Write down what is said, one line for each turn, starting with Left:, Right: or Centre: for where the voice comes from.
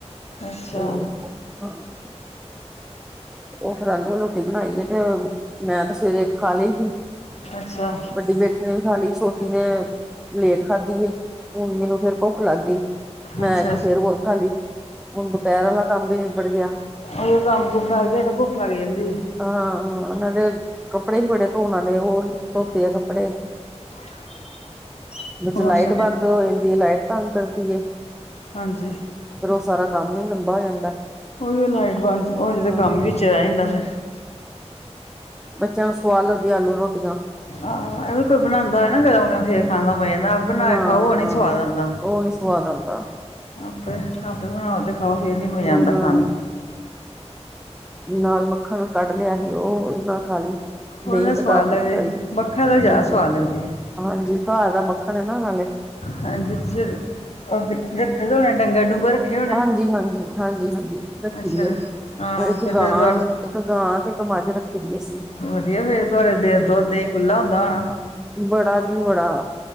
Left: ਅੱਛਾ
Centre: ਤੇਅ ਹ। <unintelligible> ਉਹ ਫਿਰ ਆਲੂ ਆਲੁ ਰੋਟੀ ਬਣਾਈ ਏ ਤੇ ਮੈਂ ਤੇ ਸਵੇਰੇ ਇਕ ਖਾ ਲਈ ਸੀ।
Left: ਅੱਛਾ।
Centre: ਵੱਡੀ ਬੇਟੀ ਨੇ ਵੀ ਖਾ ਲਈ, ਛੋਟੀ ਨੇ ਲੇਟ ਖਾਧੀ ਆ। ਹੁਣ ਮੇਨੂੰ ਫੇਰ ਭੁੱਖ ਲੱਗ ਗਈ ਮੈਂ
Left: ਅੱਛਾ
Centre: ਇੱਕ ਫੇਰ ਹੋਰ ਖਾ ਲਈ। ਉਣ ਦੁਪਹਿਰ ਆਲਾ ਕੰਮ ਵੀ ਨਿਬੜ ਗਿਆ।
Left: ਉਅ ਕੰਮ-ਕੁੰਮ ਕਰਕੇ ਹਟੇ ਭੁੱਖ ਲਗ ਜਾਂਦੀ ਐ।
Centre: ਅਹ ਸਾਡੇ ਕੱਪੜੇ ਸੀ ਬੜੇ ਧੋਣ ਆਲੇ ਉਹ ਧੋਤੇ ਆ ਕੱਪੜੇ।
Left: <unintelligible>
Centre: ਵਿੱਚ ਲਾਈਟ
Left: ਸੁਣਾਓ
Centre: ਬੰਦ ਹੋ ਜਾਂਦੀ ਹੈ ਲਾਈਟ ਤੰਗ ਕਰਦੀ ਐਂ।
Left: ਹਾਂਜੀ।
Centre: ਫਿਰ ਉਹ ਸਾਰਾ ਕੰਮ ਹੀ ਲੰਬਾ ਹੋ ਜਾਂਦਾ।
Left: ਉਹੀ ਲਾਈਟ ਬੰਦ ਉਹਜੇ
Centre: ਹਾਂ
Left: ਤਾਂ ਕੰਮ ਵਿਚ ਰਹਿ ਜਾਂਦਾ ਫਿਰ
Centre: ਬੱਚਿਆਂ ਨੂੰ ਸਵਾਦ ਲੱਗਦੀਆਂ ਆਲੂ ਰੋਟੀਆਂ
Left: ਹਾਂ ਹਾਂ ਇਹ ਵੀ ਕੋਈ ਬਣਾਂਦਾ ਐ। ਹਨਾ ਗਰਮ ਗਰਮ ਫੇਰ ਖਾਣ ਦਾ ਮਜ਼ਾ ਆਂਦਾ। ਆਪ ਬਣਾ
Centre: ਹਾਂ
Left: ਕੇ ਖਾਓ ਉਹ ਨੀ ਸਵਾਦ ਆਂਦਾ।
Centre: ਉਹ ਨੀ ਸਵਾਦ ਆਂਦਾ।
Left: ਆਪੇ- ਆਪੇ ਬਣਾਓ ਤੇ ਖਾਓ ਫੇਰ ਨੀ ਮਜ਼ਾ
Centre: ਹਾਂ
Left: ਆਂਦਾ ਖਾਣ ਦਾ
Centre: ਨਾਲ ਮੱਖਣ ਕੱਢ ਲਿਆ ਸੀ ਉਹ ਉਦੇ ਨਾਲ ਖਾ ਲਈ।
Left: ਉਹ
Centre: ਦਹੀਂ
Left: ਨਾ ਸਵਾਦ
Centre: ਘਰ
Left: ਲੱਗਦੀ
Centre: ਦੀ ਖਾਈ ਦੀ
Left: ਮੱਖਣ ਨਾਲ ਜ਼ਿਆਦਾ
Centre: ਹਾਂਜੀ-
Left: ਸਵਾਦ ਲੱਗਦੀ ਹੈ
Centre: ਹਾਂਜੀ ਘਰ ਦਾ ਮੱਖਣ ਐ ਨਾ ਨਾਲੇ।
Left: ਹਾਂਜੀ ਫਿਰ ਰੱਖੇ ਹੋਏ ਡੰਗਰ- ਡੂੰਗਰ ਰੱਖੇ ਹੋਏ।
Centre: ਹਾਂਜੀ -ਹਾਂਜੀ ਹਾਂਜੀ- ਹਾਂਜੀ ਰੱਖੀ
Left: ਅੱਛਾ
Centre: ਦੀ
Left: ਹਾਂ
Centre: ਐ। ਇੱਕ
Left: ਫਿਰ
Centre: ਗਾਂ
Left: ਤਾਂ ਤੁਹਾਡੇ
Centre: ਇੱਕ ਗਾਂ ਤੇ ਇੱਕ ਮੱਝ ਰੱਖੀ। ਵਧੀਆਂ ਸੀ।
Left: ਵਧੀਆ ਫਿਰ ਤੁਹਾਡੇ ਦੁੱਧ-ਦਹੀ ਖੁੱਲਾ ਹੁੰਦਾ ਹੋਣਾ।
Centre: ਬੜਾ ਜੀ ਬੜਾ,